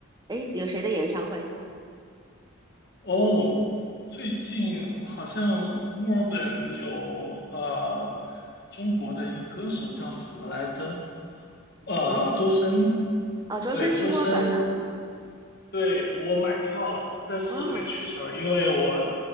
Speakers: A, on the right; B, on the left.
A: 诶，有谁的演唱会？
B: 哦，最近好像墨尔本有呃中国的一个歌手叫什么来着？呃，
A: 你
B: 周深，
A: 哦，周深去墨尔本了
B: 对，周深对，我买票了，但是没去成，
A: 啊？
B: 因为我